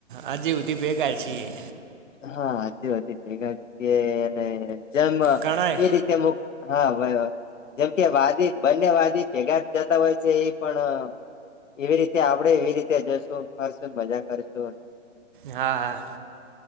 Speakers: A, on the right; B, on the left.
A: આજવધી બેકાર છી એ.
B: હા આજુ બધી અને જેમ
A: ઘણાય
B: એ રી <unintelligible> જેમ કે વાદી બંને વાદી ભેગા જતા હોય છે એ પણ એવી રીતે આપડે એવી રીતે જઈશું કરશું મજા કરશું
A: હા હા